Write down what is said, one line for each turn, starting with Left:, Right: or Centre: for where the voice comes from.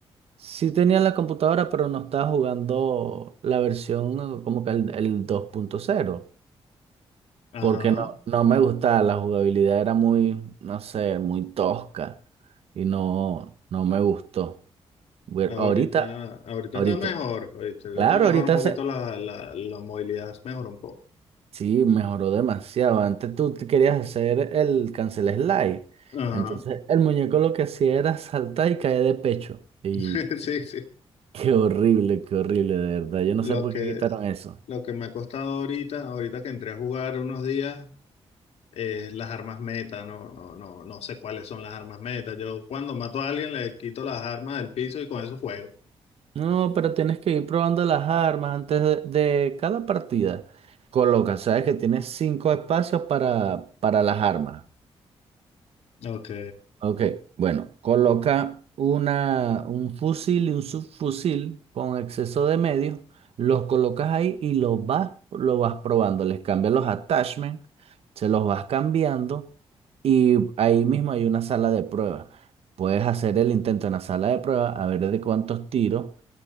Right: Sí tenía la computadora, pero no estaba jugando la versión eh, como que el, el 2.0,
Left: Ajá.
Right: porque no, no me gustaba, la jugabilidad era muy, no sé, muy tosca y no, no me gustó. Bueno,
Left: Ahorita,
Right: ahorita,
Left: ahorita
Right: ahorita,
Left: está mejor, ahorita
Right: claro,
Left: está mejor
Right: ahorita
Left: un poquito
Right: se,
Left: la, la, la movilidad, mejor un poco.
Right: sí, mejoró demasiado. Antes tú te querías hacer el cancel slide,
Left: Ajá.
Right: entonces el muñeco lo que hacía era saltar y caer de pecho. Y
Left: <laughs> Sí, sí.
Right: qué horrible, qué horrible, de verdad. Yo no
Left: Lo
Right: sé por
Left: que,
Right: qué quitaron eso.
Left: lo que me ha costado ahorita, ahorita que entré a jugar unos días, es las armas meta. No, no, no, no sé cuáles son las armas meta. Yo cuando mato a alguien le quito las armas del piso y con eso juego.
Right: No, pero tienes que ir probando las armas antes de, de cada partida. Coloca, sabes que tienes cinco espacios para, para las armas.
Left: Ok,
Right: Ok, bueno, coloca una, un fusil y un subfusil con exceso de medios. Los colocas ahí y los vas, lo vas probando. Les cambias los attachments, se los vas cambiando y ahí mismo hay una sala de prueba. Puedes hacer el intento en la sala de prueba a ver de cuántos tiros